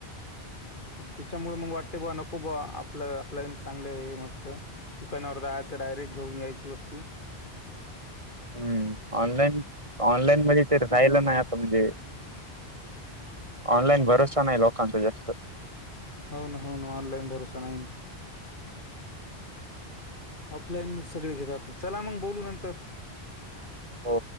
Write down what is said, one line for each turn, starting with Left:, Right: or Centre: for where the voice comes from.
Left: त्याच्यामुळे मग वाटते बा नको बा आपलं आपल्या चांगलं हे मस्त. दुकानावर जायच डायरेट घेऊन यायची वस्तू.
Right: हम्म ऑनलाईन, ऑनलाईन म्हणजे ते राहिलं नाही आता म्हणजे. ऑनलाईन भरोसा नाही लोकांचा जास्त.
Left: होवना, होवना ऑनलाईन भरोसा नाहीन. ऑफलाईन सगळे घेतात चला मग बोलू नंतर.
Right: हो.